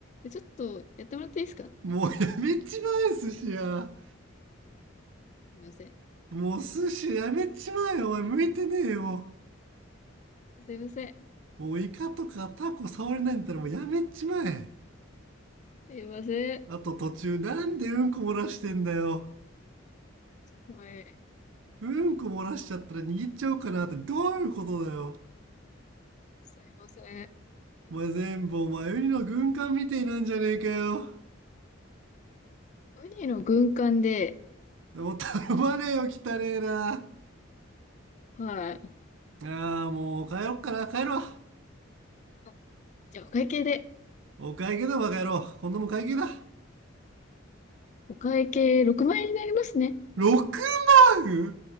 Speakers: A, on the left (about 40°); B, on the right (about 70°).
A: ちょっとやってもらっていいですか
B: もうやめちまえ、寿司や
A: すいません。
B: もう寿司やめちまえよ、お前向いてねえよ。
A: すいません。
B: もうイカとかタコ触れないんだったらもうやめちまえ。
A: すいません。
B: あと途中なんでうんこ漏らしてんだよ。
A: はい。
B: うんこ漏らしちゃったら握っちゃおうかなってどういうことだよ。
A: すいません。
B: お前全部お前ウニの軍艦みてえなんじゃねえかよ。
A: ウニの軍艦で、
B: もう頼まねえよ、汚ねえな。あ
A: はい。
B: あ、もう帰ろっかな、帰ろう。
A: あじゃあ、お会計で。
B: お会計だ、バカ野郎。今度も会計だ。
A: お会計6万円になりますね。
B: 6万